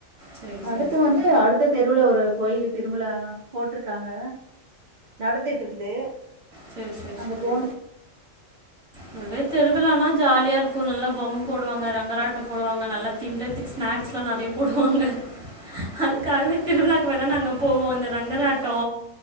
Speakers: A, on the right (about 25°); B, on the right (about 55°).
A: சரி சரி
B: அடுத்து
A: சரி
B: வந்து அடுத்த தெருவுல ஒரு கோயிலு திருவிழா போட்ருக்காங்க நடந்துட்டு இருக்குது
A: சேரி சேரி
B: அங்க
A: சேரி
B: போணும்.
A: இதுவே திருவிழானா ஜாலியா இருக்கு நல்ல பொம்ம போடுவாங்க ரங்கராட்டம் போடுவாங்க நல்ல தின்றதுக்கு ஸ்நாக்ஸ்லா நெறைய போடுவாங்க அதுக்காகவே திருவிழாக்கு வேணா நாங்க போவோ இந்த ரங்கராட்டோ